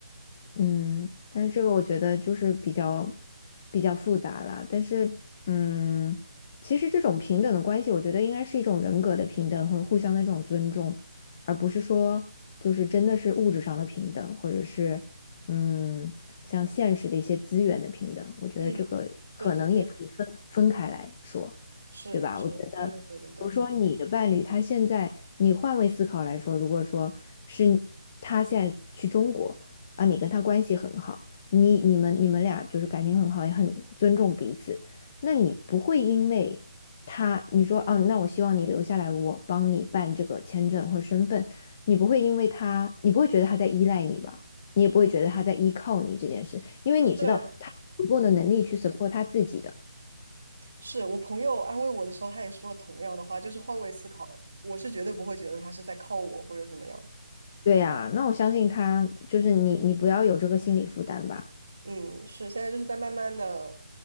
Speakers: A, on the left (about 25°); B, on the right (about 70°).
A: 嗯，但是这个我觉得就是比较比较复杂啦。但是，嗯，其实这种平等的关系，我觉得应该是一种人格的平等和互相的这种尊重，而不是说就是真的是物质上的平等，或者是嗯，像现实的一些资源的平等。我觉得这个可能也可以分分开来说，
B: 嗯，对对对，是是，
A: 对吧？我觉得，
B: 对对对对对
A: 比如说你的伴侣，他现在你换位思考来说，如果说是他现在去中国。啊，你跟他关系很好，你你们你们俩就是感情很好，也很尊重彼此，那你不会因为他你说哦，那我希望你留下来，我帮你办这个签证或身份，你不会因为他，你不会觉得他在依赖你吧？你也不会觉得他在依靠你这件事，因为你知道他有足够的能力去
B: 对。
A: support 他自己的。
B: 是我朋友安慰我的时候，他也说了同样的话，就是换位思考，我是绝对不会觉得他是在靠我或者怎么样。
A: 对呀，那我相信他，就是你，你不要有这个心理负担吧。
B: 嗯，是现在就是在慢慢的